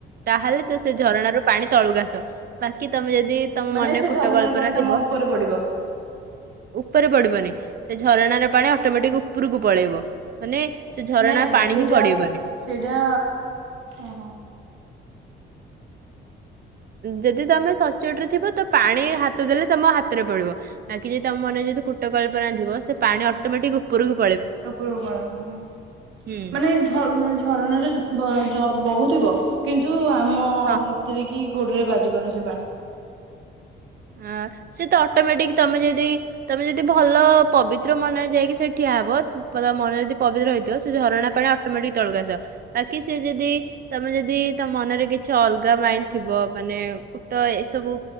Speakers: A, on the right; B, on the right.
A: ତାହେଲେ ତ ସେ ଝରଣାରୁ ପାଣି ତଳୁକୁ ଆସିବ ବାକି ତମେ ଯ ଯଦି ତମ
B: ମାନେ
A: ମନରେ
B: ସେ
A: କୁଟ
B: ଝରଣାର
A: କଳ୍ପନା
B: ପାଣି ତମ
A: ଥିବ
B: ଉପରେ ପଡିବ।
A: ଉପରେ ପଡ଼ିବନି ସେ ଝରଣାର ପାଣି ଅଟୋମେଟିକ ଉପୁରୁକୁ ପଳେଇବ ମାନେ ସେ ଝରଣା
B: ନାଇଁ ନାଇଁ
A: ପାଣି
B: ସେଇଟା
A: ହିଁ ପଡିବନି
B: ସେଇଟା ଓହୋ
A: ଯଦି ତମେ ସଚୋଟରେ ଥିବ ତ ପାଣି ହାତ ଦେଲେ ତମ ହାତରେ ପଡ଼ିବ ବାକି ଯଦି ତମ ମନରେ ଯଦି କୁଟ କଳ୍ପନା ଥିବ ସେ ପାଣି ଅଟୋମେଟିକ ଉପରୁକୁ
B: ଉପରୁକୁ ପଳେଇବ ହଁ।
A: ହୁଁ
B: ମାନେ ଏଇ ଝ ମାନେ ଝରଣାର ବ ଜ ବହୁତ ବ କିନ୍ତୁ ଆ ଆମ
A: ହଁ
B: ହାତରେ କି ଗୋଡରେ ବାଜିବନି ସେ ପାଣି
A: ଅଆ ସେ ତ ଅଟୋମେଟିକ ତମେ ଯେଦି ତମେ ଯେଦି ଭଲ ପବିତ୍ର ମନରେ ଯାଇକି ସେଇଠି ଠିଆ ହବ ପ ତ ମନ ଯଦି ପବିତ୍ର ହେଇଥିବ ସେ ଝରଣା ପାଣି ଅଟମେଟିକ ତଳକୁ ଆସ। ବାକି ସେ ଯଦି ତମେ ଯଦି ତମ ମନରେ କିଛି ଅଲଗା ମାଇଣ୍ଡ ଥିବ ମାନେ କୁଟ ଏସବୁ